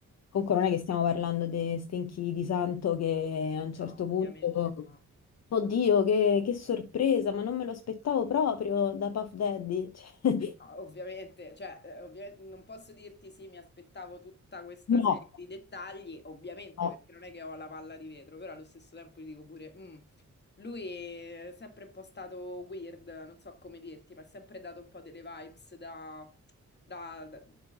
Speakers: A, on the left (about 60°); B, on the left (about 35°).
A: Comunque non è che stiamo parlando di stinchi di santo che a un certo
B: no, ovviamente
A: punto,
B: no.
A: oddio, che, che sorpresa, ma non me lo aspettavo proprio da Puff Daddy. Cioè,
B: Ah, Ovviamente, cioè, eh, ovviamente non posso dirti sì, mi aspettavo tutta questa
A: <laughs> no,
B: serie di dettagli, ovviamente,
A: no.
B: perché non è che ho la palla di vetro, però allo stesso tempo gli dico pure, "Mm, lui è sempre un po' stato weird, non so come dirti, ma ha sempre dato un po' delle vibes da, da- da